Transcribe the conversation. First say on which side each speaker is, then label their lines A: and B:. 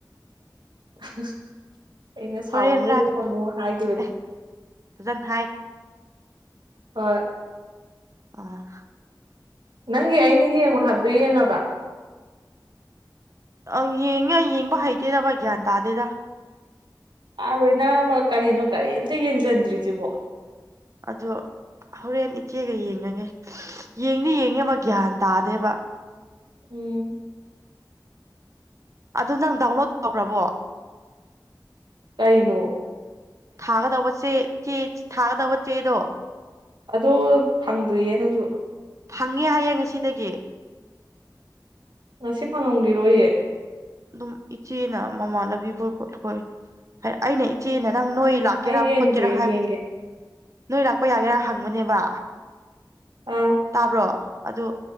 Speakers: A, on the right (about 80°); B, on the right (about 40°).
A: <unintelligible> ꯑꯩꯅ ꯁꯥꯎꯅꯨ
B: ꯍꯣꯔꯦꯟ ꯂꯥꯛ
A: ꯈꯣꯠꯅꯨ ꯍꯥꯏꯒꯤꯕꯅꯦ
B: ꯑꯦ ꯐꯖꯅ
A: ꯍꯣꯏ
B: ꯑ
A: ꯅꯪꯒꯤ ꯑꯩꯅ ꯌꯦꯡꯉꯣ ꯍꯥꯏꯕꯗꯨ ꯌꯦꯡꯉꯕ
B: ꯑ ꯌꯦꯡꯉꯦ ꯑꯩ ꯌꯦꯡꯕ ꯍꯩꯇꯦꯗꯕ ꯚꯥꯏ ꯒ꯭ꯌꯥꯟ ꯇꯥꯗꯦꯗ
A: ꯑꯥꯔꯣꯏ ꯅꯪ ꯑꯃ ꯀꯔꯤꯅꯣ ꯀꯔꯤꯝꯇ ꯌꯦꯡꯖꯟꯗ꯭ꯔꯤꯁꯤꯕꯣ
B: ꯑꯗꯣ ꯍꯣꯔꯦꯟ ꯏꯆꯦꯒ ꯌꯦꯡꯉꯒꯦ ꯌꯦꯡꯅꯤ ꯌꯦꯡꯉꯦꯕ ꯒ꯭ꯌꯥꯟ ꯇꯥꯗꯦꯕ
A: ꯎꯝ
B: ꯑꯗꯣ ꯅꯪ ꯗꯥꯎꯟꯂꯣꯗ ꯇꯧꯈ꯭ꯔꯕꯣ
A: ꯀꯩꯅꯣ
B: ꯊꯥꯒꯗꯧꯕ ꯆꯦ ꯆꯦ ꯊꯥꯒꯗꯧꯕ ꯆꯦꯗꯣ
A: ꯑꯗꯣ ꯐꯪꯗ꯭ꯔꯤꯌꯦ ꯅꯪꯖꯨ
B: ꯐꯪꯉꯦ ꯍꯥꯏꯌꯦ ꯉꯁꯤꯗꯒꯤ
A: ꯉꯁꯤ ꯐꯪꯉꯝꯒꯤꯔꯣꯏꯌꯦ
B: ꯑꯗꯨꯝ ꯏꯆꯦꯅ ꯃꯃꯥꯟꯅꯕꯤ ꯈꯣꯏ ꯈꯣꯠꯊꯣꯏ ꯍꯥꯏ ꯑꯩꯅ ꯏꯆꯦꯅ ꯅꯪ
A: ꯈꯪꯗꯦ
B: ꯅꯣꯏ ꯂꯥꯛꯀꯦꯔꯥ
A: ꯑꯩ ꯌꯦꯡꯗ꯭ꯔꯤ
B: ꯈꯣꯠꯀꯦꯔꯥ ꯍꯥꯏꯕꯟ
A: ꯌꯦꯡꯒꯦ
B: ꯅꯣꯏ ꯂꯥꯛꯄ ꯌꯥꯒꯦꯔꯥ ꯍꯪꯕꯅꯦꯕ
A: ꯑꯥ
B: ꯇꯥꯕ꯭ꯔꯣ ꯑꯗꯨ